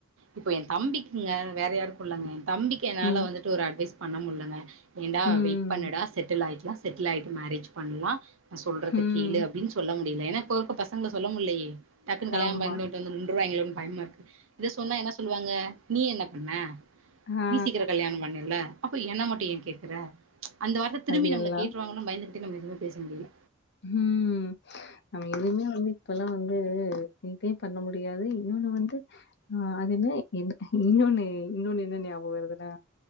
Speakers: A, on the right; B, on the left.
A: இப்போ எ தம்பிக்குங்க வேற யாருக்கோ இல்லைங்க எ தம்பிக்கு என்னால
B: ம்.
A: வந்துட்டு ஒரு அட்வைஸ் பண்ண முட்லங்க ஏன்டா
B: ம்.
A: வெயிட் பண்ணுடா செட்டில் ஆய்க்கலா செட்டில் ஆயிட்டு மேரேஜ் பண்லா நா சொல்றத
B: ம்.
A: கேளு அப்டீன் சொ ல்ல முடியுல ஏனா இப்போ இருக்க பசங்கல சொல்ல முட்லயே டக்குனு கல்யாணோ
B: ஆமா.
A: பண்ட்டு வந்து நின்றுவாய்ங்களோனு பயமா இருக்கு இத சொன்னா என்ன சொல்லுவாங்க நீ என்ன பண்ண
B: ஆ
A: நீ சீக்கிரோ கல்யாணோ பண்ணேல அப்ப என்ன மட்டு ஏ கேக்குற அந்த வார்த்த திரும்பி
B: அது
A: நம்மள
B: எல்லாம்.
A: கேட்டுருவாங்களோனு பயந்துகிட்டு நம்ம எதுவுமே பேச முடியுல
B: ம் நம்ம எதுவுமே வந்து இப்பல்லா வந்து நீட்டே பண்ண முடியாது இன்னோன்னு வந்து ஆ அதுன இன்னோ இன்னோன்னு என்ன ஞாபகோ வருதுன்னா